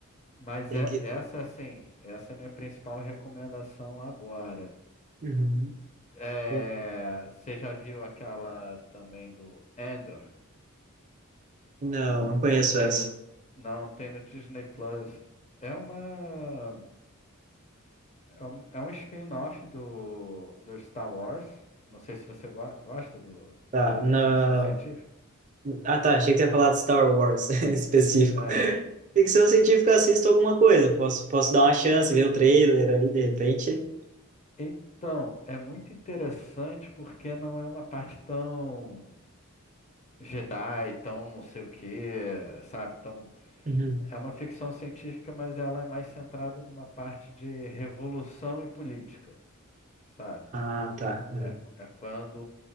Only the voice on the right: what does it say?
Tem
que.
Uhum.
Tem-
Não,
não conheço
essa.
Tá,
não.
Ah, tá. Achei que você ia falar de Star Wars <laughs> específico.
Ficção científica, eu assisto alguma coisa. Posso, posso dar uma chance, ver o trailer ali, de repente.
Uhum.
Ah, tá. Uhum.